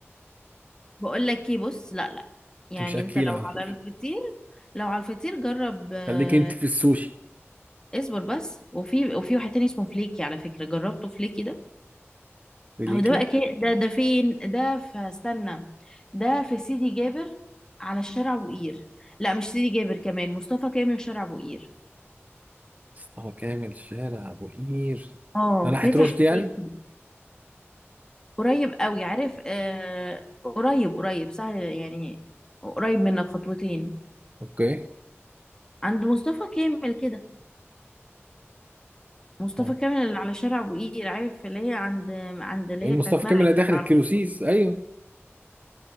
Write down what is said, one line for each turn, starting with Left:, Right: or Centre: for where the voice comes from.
Left: بقول لك ايه بص لا لا
Right: انت
Left: يعني
Right: مش اكيله
Left: انت لو
Right: على فكره
Left: على الفطير لو على الفطير جرب آه،
Right: خليكي انت في السوشي
Left: اصبر بس وفي وفي واحد تاني اسمه فليكي على فكرة جربته فليكي ده
Right: خليكي
Left: هو ده بقى كي ده ده فين ده فاستنى ده في سيدي جابر على شارع بوقير لا مش سيدي جابر كمان مصطفى كامل شارع بوقير
Right: مصطفى كامل شارع ابو قير
Left: اه
Right: ده ناحيه
Left: فاتح
Right: رشدي
Left: في
Right: يعني
Left: بيتي قريب قوي عارف آه قريب قريب سهل يعني قريب منك خطوتين
Right: اوكي
Left: عند مصطفى كامل كده مصطفى
Right: آه.
Left: كامل اللي على شارع ابو قير عارف اللي هي عند عند اللي
Right: ايه مصطفى
Left: هي بتاعت مرعي
Right: كامل اللي
Left: بتاع
Right: دخلت
Left: العربية.
Right: كيلو سيس ايوه